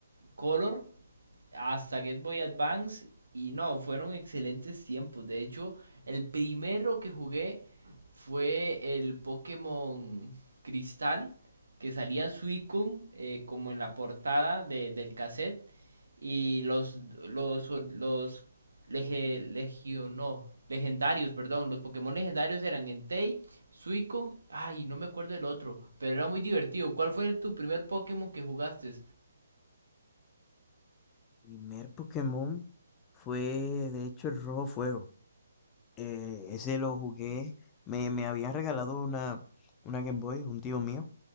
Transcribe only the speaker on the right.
Color hasta Get Boy Advance y no, fueron excelentes tiempos. De hecho, el primero que jugué fue el Pokémon Cristal, que salía Suicune eh, como en la portada de- del cassette y los los los lege- legio- no, legendarios, perdón, los Pokémon legendarios eran Entei, Suicune, ay, no me acuerdo del otro, pero era muy divertido. ¿Cuál fue tu primer Pokémon que jugaste?